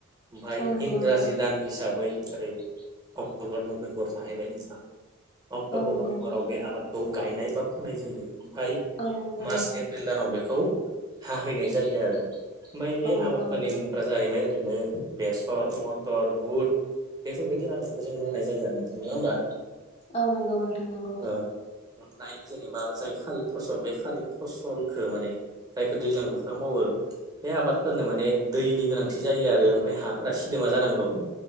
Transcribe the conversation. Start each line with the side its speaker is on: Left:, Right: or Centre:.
Right: ओमफ्राय
Left: औ नंगौ
Right: इंराजि
Left: नोंथां
Right: दान हिसाबै ओरै अक्ट'बर नभेम्बर थाहैबाय नोंथां अक्ट'बर
Left: औ नंगौ
Right: नभेम्बराव
Left: नंगौ
Right: बे आबादखौ गायनाय बा फोनाय जायो ओमफ्राय
Left: औ नंगौ
Right: मार्च
Left: नोंथां
Right: एप्रिल दानाव बेखौ हाहैनाय जायो आरो ओमफ्राय
Left: औ
Right: बे
Left: नंगौ
Right: आबादफोरनि
Left: नोंथां
Right: मुं फोरा जाहैबाय ओरैनो बेसर मटर बुट बेफोरबायदि आबादखौ जों मावनाय जायो आरो नोंथां नङा होमबा
Left: औ नंगौ नोंथां नंगौ
Right: ओ ओमफ्राय जेनेबा जाय खारिब फसल बे खारिब फसलखौ माने जायखौ दैज्लां <unintelligible> मावो बे आबादफोरनो माने दैनि गोनांथि जायो आरो ओमफ्राय हाफोरा सिदोमा जानांगौ